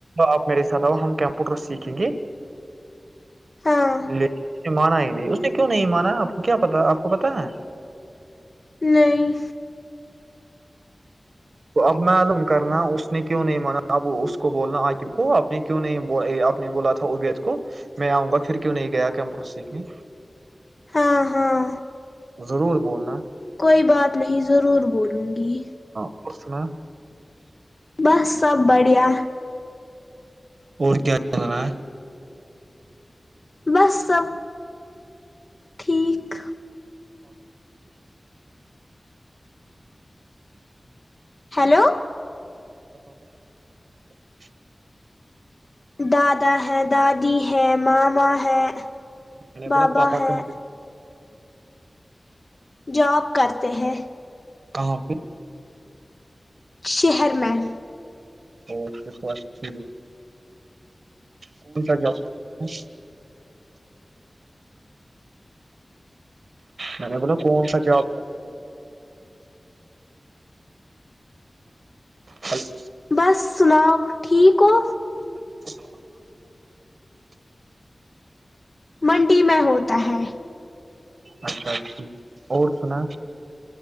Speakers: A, on the right; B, on the left.
A: آپ میرے ساتھ آؤ ہم کمپیوٹر سیکھیں گے
B: ہاں
A: ل منئی اس نے کیوں نہیں مانا آپ کو کیا پتا آپ کو پتا ہے
B: نہیں
A: اب معلوم کرنا اس نے کیوں نہیں مانا اب اس کو بولنا عقب کو اپ نے کیوں نہیں آپ نے بولا تھا ابید کو میں آؤں گا پھر کیوں نہیں گیا کمپیوٹر سیکھنے
B: ہاں ہاں
A: ضرور بولنا
B: کوئی بات نہیں ضرور بولو گی
A: <inaudible>
B: بس سب بڑیا
A: اور کیا کر رہا ہے
B: بس سب ٹھیک
A: اچھا <inaudible>
B: ہیلو
A: <inaudible>
B: دادا ہیں دادی ہیں ماما ہے
A: میں نے
B: بابا
A: بول پاپا
B: ہیں
A: کہاں پہ <inaudible>
B: جاب کرتے ہیں
A: کہاں پہ
B: شہر میں
A: اوک تو اچھی کون سا جاب کرتا ہے میں نے بولا کون سا جاب کرتا ہے ہلو
B: بس سناؤ ٹھیک ہو
A: <inaudible>
B: منڈی میں ہوتا ہے
A: اچھا ٹھیک اور سنا